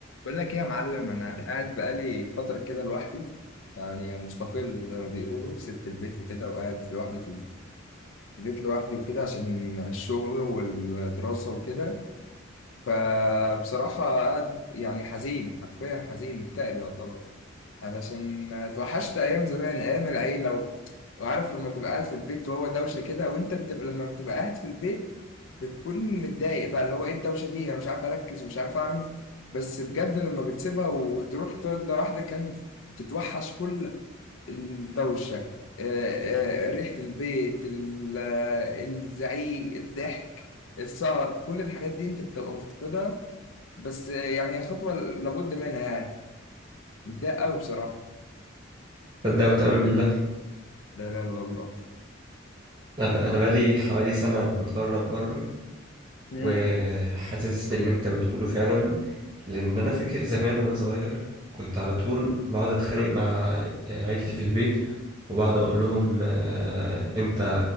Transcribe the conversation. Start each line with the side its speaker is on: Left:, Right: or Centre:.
Left: بقول لك ايه يا معلم انا قاعد بقالي فتره كده لوحدي يعني مستقل زي ما بيقولوا سبت البيت وكده وقاعد لوحدي في البيت لوحدي وكده عشان الشغل والدراسه وكده فبصراحة قاعد يعني حزين حرفيا حزين مكتئب يعتبر علشان اتوحشت أيام زمان أيام العيلة و... وعارف لما تبقى قاعد في البيت وهو دوشة كده وأنت بتبقى لما بتبقى قاعد في البيت بتكون متضايق بقى اللي هو إيه الدوشة دي أنا مش عارف أركز ومش عارف أعمل بس بجد لما بتسيبها وتروح تقعد لوحدك كانت بتتوحش كل الدوشة آه، آه، ريحة البيت ال- آه، الزعيق الضحك السهر كل الحاجات دي انت بتبقى مفتقدها بس آه، يعني هي خطوة لابد منها يعني متضايق قوي بصراحة
Right: تصدق وتؤمن بالله
Left: لا لا لا الله
Right: انا ب- أنا بقالي حوالي سنه متغرب بره
Left: مم.
Right: وحاسس باللي انت بتقوله فعلا لان انا فاكر زمان وانا صغير كنت على طول بقعد اتخانق مع آه، عيلتي في البيت وبقعد اقول لهم آه، امتى